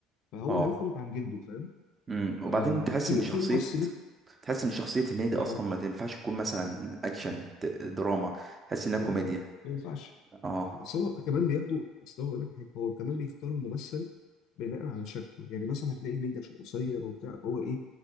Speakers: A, on the left (about 60°); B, on the right (about 30°).
A: فهو
B: اه
A: هيخرج عن جلده فاهم
B: امم وبعدين
A: آه،
B: تحس
A: في
B: ان شخصيه
A: في ممثلين
B: تحس ان شخصيه هنيدي اصلا
A: اه
B: ما تنفعش تكون مثلا اكشن ت- دراما تحس انها
A: لا
B: كوميديا
A: لا ما ينفعش
B: اه
A: اصل هو كمان بياخدوا اصل هو اقول لك حاجه هو كمان بيختار الممثل بناء على شكله يعني مثلا هتلاقي هنيدي عشان قصير وبتاع فهو ايه